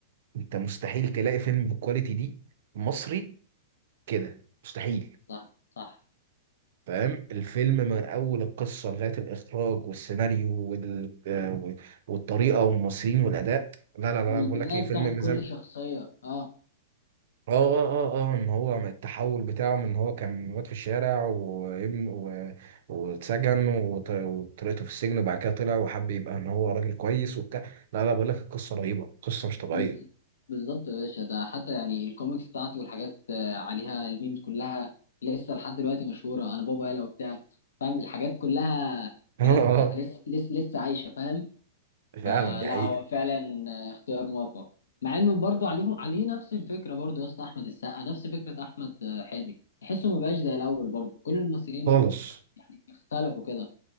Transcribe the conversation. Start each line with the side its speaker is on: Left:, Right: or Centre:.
Right: انت مستحيل تلاقي فيلم بالكواليتي دي مصري كده مستحيل
Left: صح صح
Right: فاهم الفيلم من اول القصه لغايه الاخراج والسيناريو وال... آه، و- والطريقه والممثلين والاداء لا لا لا
Left: والبناء
Right: بقول لك ايه فيلم
Left: بتاعت
Right: مزام
Left: كل شخصية اه
Right: اه اه اه اه ان هو من التحول بتاعه من ان هو كان واد في الشارع وابن و... واتسجن وط... وطريقته في السجن وبعد كده طلع وحب يبقى ان هو راجل كويس وبتاع لا لا بقول لك القصه رهيبه قصه مش طبيعيه
Left: بز... بالظبط يا باشا ده حتى يعني الكوميكس بتاعته والحاجات آه، عليها الميمز كلها لسه لحد دلوقتي مشهورة انا بابا يالا وبتاع فاهم الحاجات كلها
Right: <laughs> اه
Left: لسه
Right: اه
Left: لسه لسه, لسه عايشة فاهم
Right: فعلا
Left: آه
Right: دي
Left: لا
Right: حقيقه
Left: هو فعلا آه، اختيار موفق مع انه برضه عليه عليه نفس الفكرة برضه يا اسطى احمد السقا نفس فكرة احمد آه، حلمي تحسه ما بقاش زي الاول برضه كل الممثلين
Right: خالص
Left: يعني اختلفوا كده